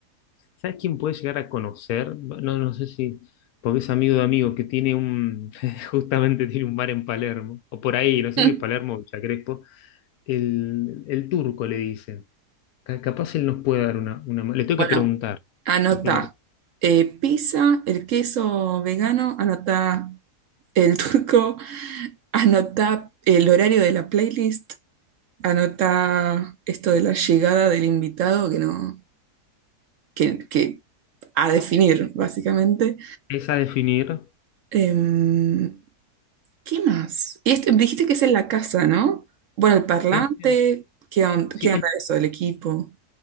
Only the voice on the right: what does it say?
<laughs>
Bueno,
anota
eh, pizza, el queso vegano, anota el turco, <laughs> anota el horario de la playlist, Anota esto de la llegada del invitado que no, que, que a definir, básicamente.
Em, ¿qué más? Y esto, dijiste que es en la casa, ¿no? Bueno, el parlante,
¿qué onda,
qué onda
eso el equipo?